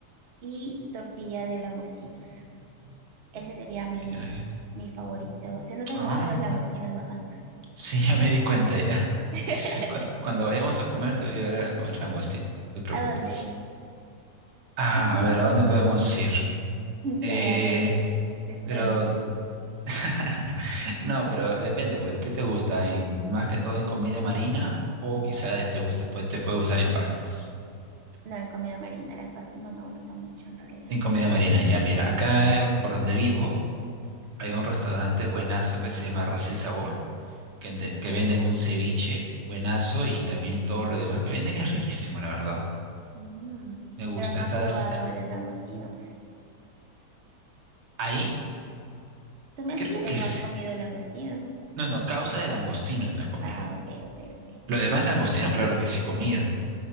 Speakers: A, on the right; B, on the right.
A: y tortilla de langostinos. Ese sería mi,
B: Tiene-
A: mi favorito. Se nota
B: Ah,
A: que me gustan los
B: ah,
A: langostinos,
B: no, <laughs>
A: ¿verdad?
B: sí, ya me di cuenta ya. <laughs>
A: <laughs>
B: Cuando, cuando vayamos a comer, te voy a llevar a comer langostinos, no te preocupes.
A: ¿A dónde?
B: Ah,
A: <laughs>
B: a ver, ¿a dónde podemos ir? Eh,
A: Te agarré desprevenido.
B: pero <laughs> No, pero depende, pues, ¿qué te gusta? En, más que todo en comida marina o quizá te gusta, pues, te puede usar en pastas.
A: No, en comida marina, las pastas no me gustan mucho en realidad.
B: En comida marina, ya mira, acá eh, por donde vivo hay
A: ¿Ya?
B: un restaurante buenazo que se llama Raza y Sabor, que, de- que venden un ceviche buenazo y también todo lo demás que venden es riquísimo, la verdad.
A: Mm.
B: Me gusta.
A: Pero no
B: ¿Estás
A: has probado
B: es-
A: los langostinos.
B: ahí?
A: Tú me has
B: Creo
A: dicho que
B: que
A: no
B: sí.
A: has comido langostinos.
B: No, no, causa de langostinos no he comido.
A: Ah, ok, ok, ok.
B: Lo demás langostinos, claro que sí he comido.